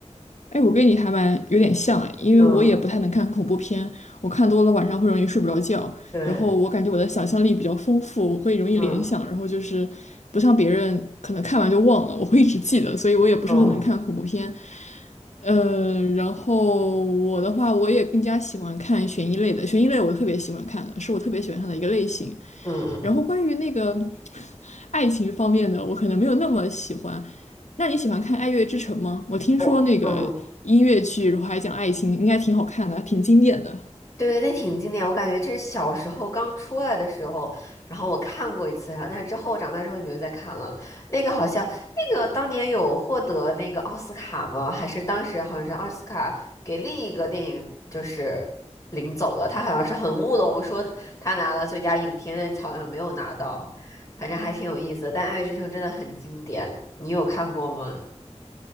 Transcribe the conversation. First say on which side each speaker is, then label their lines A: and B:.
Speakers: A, on the left; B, on the left.
A: 哎，我跟你还蛮有点像哎，因为我也不太能看恐怖片，
B: 嗯，
A: 我看多了晚上会容易睡不着觉。
B: 对，
A: 然后我感觉我的想象力比较丰富，我会容易联想，
B: 嗯
A: 然后就是不像别人可能看完就忘了，我会一直记得，所以我也不是很能看恐怖片。
B: 嗯
A: 呃，然后我的话，我也更加喜欢看悬疑类的，悬疑类我特别喜欢看的，是我特别喜欢看的一个类型。
B: 嗯嗯嗯，
A: 然后关于那个 <laughs> 爱情方面的，我可能没有那么喜欢，那你喜欢看《爱乐之城》吗？我听说那个音乐剧，
B: 我嗯。
A: 然后还讲爱情，应该挺好看的，还挺经典的。
B: 对对，那挺经典，我感觉这是小时候刚出来的时候，然后我看过一次然后但是之后长大之后就没有再看了。那个好像那个当年有获得那个奥斯卡吗？还是当时好像是奥斯卡给另一个电影就是领走了，他好像是很乌龙，说他拿了最佳影片，但好像没有拿到，反正还挺有意思的。但《爱乐之城》真的很经典，你有看过吗？